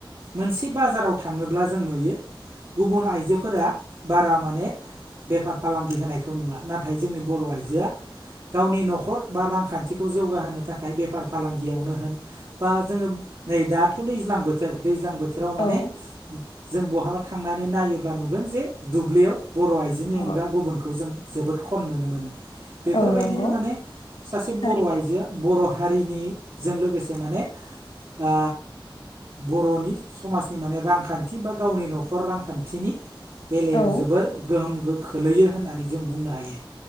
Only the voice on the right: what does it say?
मोनसे बाजाराव थांङोब्ला जों नुयो गुबुन आइजोफोरा बारा माने बेफार फालांगि होनायखौ नुवा नाथाय जोंनि बर' आइजोआ गावनि न'खर बा रांखान्थिखौ जौगाहोनो थाखाय बेफार फालांगियावनो होन बा जोंङो नै दाथ' दैज्लां बोथोर दैज्लां बोथोर बोथोराव माने
जों बहाबा थांनानै नायोब्ला नुगोन जे दुब्लियाव बर'आ जिनि
अनगा गुबुनखौ जों जोबोद खम नुनो मोनो। बेफोरबायदिनो
माने सासे
बर' आइजोआ बर' हारिनिजों लोगोसे माने ओ बर'नि समाजनि माने रांखान्थि बा गावनि न'खर रांखान्थिनि बेलायाव
जोबोर गोहोम खोलैयो होननानै जों बुंनो हायो